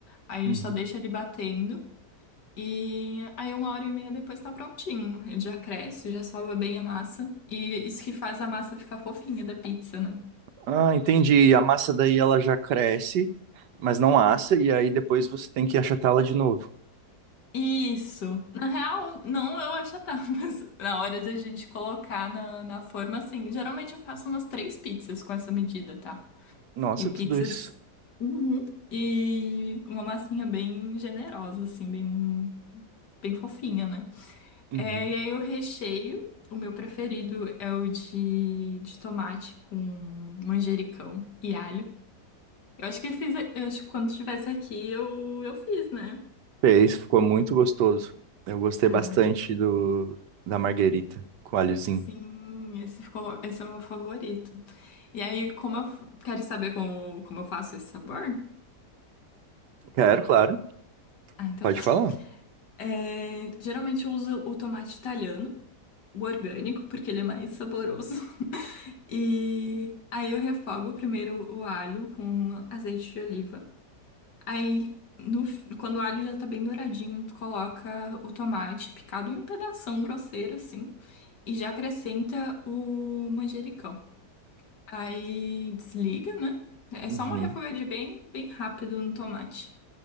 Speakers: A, on the left; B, on the right.
A: Aí
B: Uhum.
A: a gente só deixa ele batendo. E aí uma hora e meia depois tá prontinho. Ele já cresce, já sova bem a massa. E isso que faz a massa ficar fofinha da pizza, né?
B: Ah, entendi. A massa daí ela já cresce, mas não assa, e aí depois você tem que achatá-la de novo.
A: Isso. Na real, não eu achatar, <laughs> mas na hora da gente colocar na, na forma, assim. Geralmente eu faço umas três pizzas com essa medida, tá?
B: Nossa,
A: E pizzas.
B: tudo isso.
A: uhum, E uma massinha bem generosa, assim, bem, bem fofinha, né?
B: Uhum.
A: É, e aí o recheio, o meu preferido é o de, de tomate com manjericão e alho. Eu acho que eu fiz, eu acho que quando estivesse aqui eu, eu fiz, né?
B: Fez, ficou muito gostoso. Eu gostei
A: Ah,
B: bastante do da marguerita com alhozinho.
A: sim, esse ficou, esse é o meu favorito. E aí, como eu f- quero saber como, como eu faço esse sabor?
B: Quero, claro.
A: Ah, então
B: Pode
A: tá.
B: falar.
A: É, geralmente eu uso o tomate italiano. o orgânico, porque ele é mais saboroso. <laughs> E aí eu refogo primeiro o alho com azeite de oliva. Aí, no, fi- quando o alho já tá bem douradinho, tu coloca o tomate picado em pedação grosseiro, assim, e já acrescenta o manjericão. Aí desliga, né? É
B: Uhum,
A: só uma refogadinha bem, bem rápida no tomate.